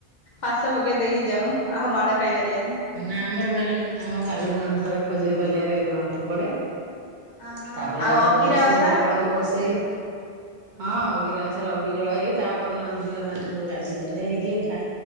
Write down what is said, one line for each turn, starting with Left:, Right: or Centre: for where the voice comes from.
Left: ଫାସ ପକେଇ ଦେଇକି ଯାଉ ଆଉ ମାଡ ଖାଇପାରିବନି।
Right: ନା ଆମର ଭାଲୁ ଆମର ଭାଲୁକୁଣି ଓଷା ରେ ଖଜୁରୀପାଲିଆରେ ଗଣ୍ଠି ପଡେ।
Left: ଅହ
Right: ତାପରେ
Left: ଆଉ
Right: ଗାଧୋଇ
Left: ଅଗିରା
Right: ପାଧେଇ ଆସି
Left: ଓଷା?
Right: ସବୁ କଳସବୁ ବସେଇ ହଁ ଅଗିରା ଥରେ ଅଗିଜଳ ହେଇ ତାପର ଦିନ ଝିଅ ମାନ ସବୁ ଗାଧୋଇଧ ପାଧେଇ ହେଇକି ଠା